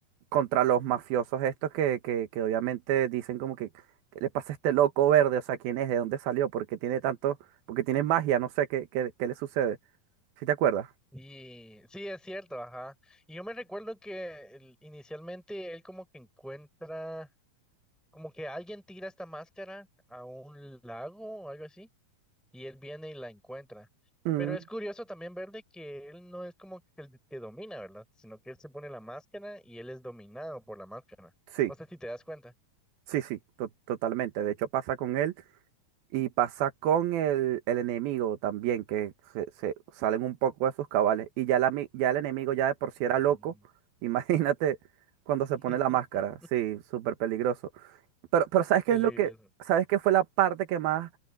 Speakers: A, on the right; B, in the centre.
A: contra los mafiosos estos que, que, que obviamente dicen como que, ¿qué le pasa a este loco verde? O sea, ¿quién es? ¿De dónde salió? ¿Por qué tiene tanto? Porque tiene magia? No sé qué, qué, qué le sucede. ¿Sí te acuerdas?
B: Y sí, es cierto, ajá. Y yo me recuerdo que el- inicialmente él como que encuentra, como que alguien tira esta máscara a un lago o algo así. y él viene y la encuentra.
A: Mm,
B: Pero es curioso también ver de que él no es como que el que domina, ¿verdad? Sino que él se pone la máscara y él es dominado por la máscara.
A: sí,
B: No sé si te das cuenta.
A: sí, sí, to- totalmente. De hecho, pasa con él y pasa con el, el enemigo también, que se, se salen un poco de sus cabales. Y ya, la, mi- ya el enemigo ya de por sí
B: Ujú.
A: era loco. <laughs> Imagínate cuando se
B: <laughs>
A: pone la máscara. Sí, súper peligroso. Pero, pero ¿sabes qué
B: Qué
A: es
B: lindo
A: lo que,
B: eso.
A: sabes qué fue la parte que más,